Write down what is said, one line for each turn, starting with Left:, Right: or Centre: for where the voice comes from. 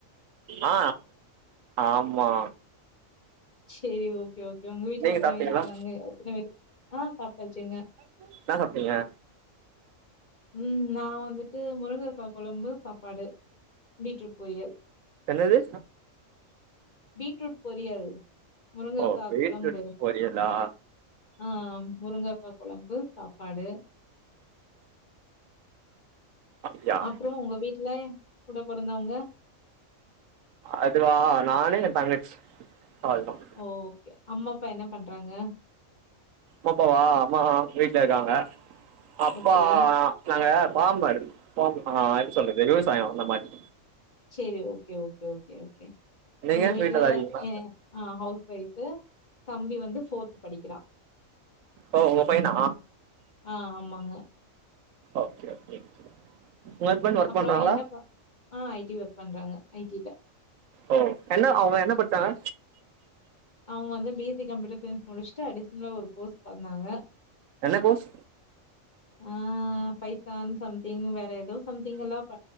Right: ஆ ஆமா
Left: செரி ஓகே ஓகே உங்க வீட்ல
Right: நீங்க
Left: எத்தன
Right: சாப்ட்டீங்களா
Left: பேர் இருக்காங்க எத்தன பேரு ஆ சாப்ட்டாச்சுங்க
Right: என்னா சாப்பிட்டீங்க
Left: ம் நான் வந்துட்டு முருங்கக்கா குழம்பு சாப்பாடு பீட்ரூட் பொரியல்
Right: என்னது
Left: பீட்ரூட் பொரியல் முருங்கக்கா
Right: ஓ பீட்ரூட்
Left: குழம்பு
Right: பொரியலா
Left: ஆ முருங்காக்கா குழம்பு சாப்பாடு
Right: அப்பியா
Left: அப்றோ உங்க வீட்ல கூட பொறந்தாவங்க
Right: அதுவா நானு என் தங்கச்சி அவ்ளோ தான்
Left: ஓ ஓகே அம்மா அப்பா என்ன பண்றாங்க
Right: அம்ப்பாவா அம்மா வீட்ல இருக்காங்க அப்பா
Left: ஓகே.
Right: நாங்க ஃபாமர் ஆ எப்டி சொல்றது விவசாயம் அந்த மாரி
Left: செரி ஓகே ஓகே ஓகே ஓகே
Right: நீங்க
Left: எங்க வீட்ல
Right: வீட்லதா இருக்கீங்களா
Left: ஆ ஹவுஸ் ஒய்ஃப் தம்பி வந்து ஃபோர்து படிக்கிறான்
Right: ஓ உங்க பையனா
Left: ஆ ஆமாங்க
Right: ஓகே ஓகே உங்க ஹஸ்பண்ட் ஒர்க்
Left: அப்றோ
Right: பண்றாங்களா
Left: என்ன ப ஆ ஐ டி ஒர்க் பண்றாங்க ஐ டிலே
Right: ஓ என்ன அவங்க என்ன பட்ச்சாங்க
Left: அவங்க வந்து B S C computer science முடிச்சுட்டு அடிஷனல ஒரு கோர்ஸ் பண்ணாங்க
Right: என்ன கோஸ்
Left: ஆ பைத்தான் சம்திங் வேற ஏதோ சம்திங் எல்லாம்